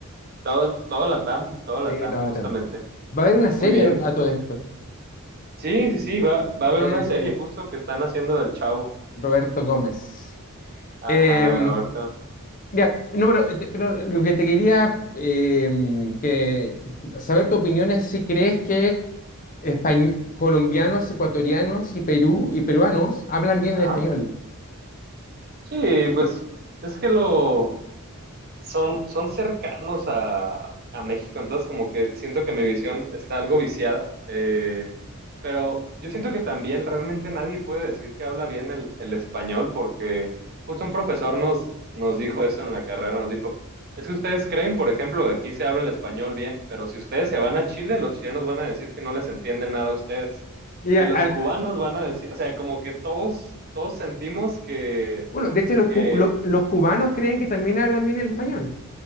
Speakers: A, on the right; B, on the left.
A: Todo, todo la TAM, todo la
B: Sí,
A: TAM,
B: todo
A: justamente.
B: Latam. Va a haber una serie
A: Muy bien.
B: a, a todo esto
A: Sí, sí, sí, va, va a haber
B: de
A: una serie justo que están haciendo del chavo.
B: Roberto Gómez.
A: Ajá,
B: Em,
A: Roberto.
B: Ya, no, pero, eh, te- pero lo que te quería eh, que, saber tu opinión es si crees que españ- colombianos, ecuatorianos y Perú y peruanos hablan bien
A: Ajá.
B: el español.
A: Sí, pues es que lo, son, son cercanos a, a México, entonces como que siento que mi visión está algo viciada, eh, pero yo siento que también realmente nadie puede decir que habla bien el, el español porque justo un profesor nos, nos dijo eso en la carrera, nos dijo, es que ustedes creen, por ejemplo, que aquí se habla el español bien, pero si ustedes se van a Chile, los chilenos van a decir que no les entienden nada a ustedes.
B: Y
A: Y
B: a-
A: los
B: al-
A: cubanos van a decir, o sea, como que todos, todos sentimos que,
B: bueno, de hecho los, cu-
A: que
B: lo- los cubanos creen que también hablan bien el español.